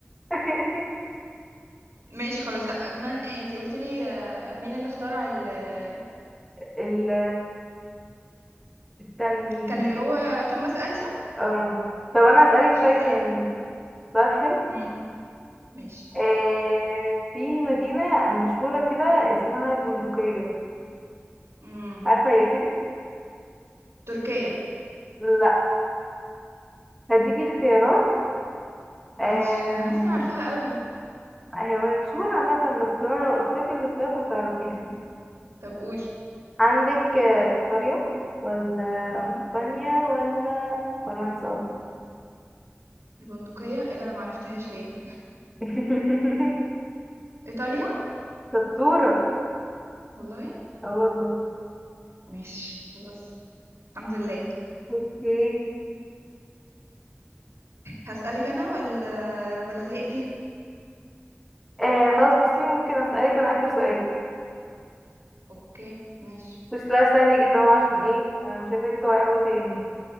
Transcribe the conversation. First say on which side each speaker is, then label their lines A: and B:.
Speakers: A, in the centre; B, on the right.
A: <laughs>
B: ماشي خلاص من إيه، انتي قلتي لي آه، مين اللي اخترع ال آه،
A: ال- استني
B: كان اللي هو توماس اديسون
A: اه طب انا اسالك
B: ماشي
A: طيب
B: هسألك
A: يعني سؤال حلو
B: مم. ماشي
A: آه في مدينه مشهوره كده اسمها البندقيه
B: مم.
A: عارفه هي فين
B: تركيا
A: لا هديكي اختيارات
B: ماشي
A: آم،
B: انا حاسة انا عارفاها قوي
A: هي مشهوره عامه بس انا لو قلت لك الاختيارات هتعرفيها
B: طب قولي
A: عندك آه، ايطاليا ولا
B: اه
A: اسبانيا ولا فرنسا
B: البندقية ايه ده انا معرفتهاش ليه
A: <laughs>
B: ايطاليا
A: شطوره
B: والله
A: اه والله
B: ماشي خلاص الحمد لله
A: اوكي
B: هسألك انا ولا ولا زهقتي
A: آه خلاص بصي ممكن اسالك انا اخر سؤال
B: اوكي ماشي
A: بصي سؤال سهل جدا أهو عشان ايه انا مش عايزاكي تقعي اهو تاني